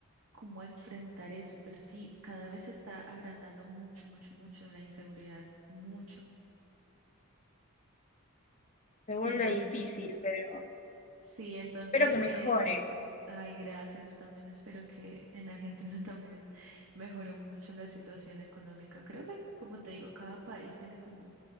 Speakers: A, on the right; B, on the left.
A: como a enfrentar eso, pero sí, cada vez se está agrandando mucho, mucho, mucho la inseguridad, mucho.
B: Se vuelve
A: Entonces,
B: difícil, pero...
A: sí, entonces,
B: Espero que mejore.
A: eh, ay, gracias, yo también espero que en Argentina <laughs> también mejore mucho la situación económica. Creo que, como te digo, cada país tiene como